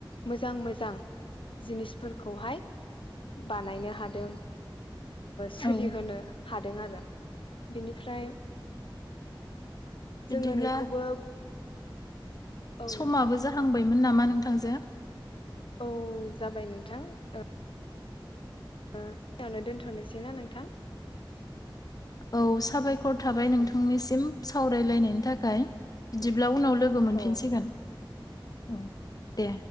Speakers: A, on the left (about 80°); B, on the left (about 45°).
A: मोजां मोजां जिनिसफोरखौहाय बानायनो हादों। सोलिहोनो
B: औ
A: हादों आरो बिनिफ्राय
B: बिदिब्ला
A: जोङो नैखौबो औ
B: समाबो
A: नोंथां
B: जाहांबायमोन नामा नोंथांजो?
A: औ जाबाय नोंथां ओ बा खिनियावनो दोन्थ'नोसैना नोंथां?
B: औ साबायखर थाबाय नोंथांनिसिम।
A: ओं
B: सावराय लायनायनि थाखाय बिदिब्ला उनाव लोगो मोनफिनसिगोन
A: औ
B: औ दे।